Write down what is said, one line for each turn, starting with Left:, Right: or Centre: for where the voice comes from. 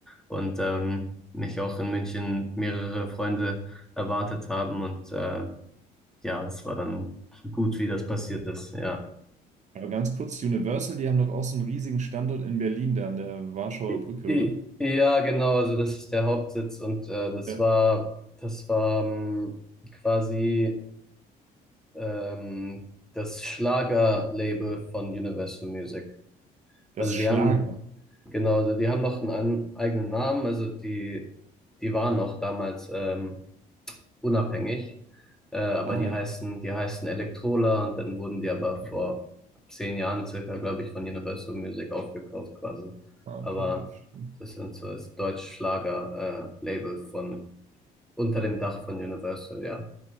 Centre: und ähm, mich auch in München mehrere Freunde erwartet haben und äh, ja, das war dann gut, wie das passiert ist. Ja,
Right: Aber ganz kurz, Universal, die haben doch auch so einen riesigen Standort in Berlin, da an der Warschauer
Centre: I-
Right: Brücke,
Centre: I-
Right: oder?
Centre: ja, genau. Also das ist der Hauptsitz und äh, das
Right: Ja.
Centre: war das war ähm, quasi ähm, das Schlagerlabel von Universal Music.
Right: Das
Centre: Also
Right: Schlager.
Centre: die haben Genau, also die haben noch einen an, eigenen Namen, also die, die waren noch damals ähm, unabhängig, äh, aber
Right: Ah,
Centre: die heißen, die heißen Electrola und dann wurden die aber vor zehn Jahren circa, glaube ich, von Universal Music aufgekauft quasi.
Right: ah,
Centre: Aber
Right: okay, okay. verstehe.
Centre: das sind so das Deutschschlager-Label von unter dem Dach von Universal, ja,